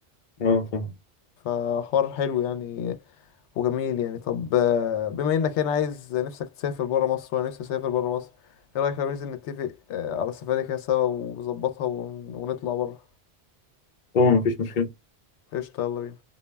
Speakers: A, on the left; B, on the left.
A: اه فاهم
B: فحوار حلو يعني وجميل يعني طب آه، بما انك هنا عايز نفسك تسافر برا مصر وانا نفسي اسافر برا مصر ايه رايك لو ننزل نتفق آه، على سفرية كده سوا ونظبطها ون- ونطلع برا
A: طبعا مفيش مشكله
B: قشطة يلا بينا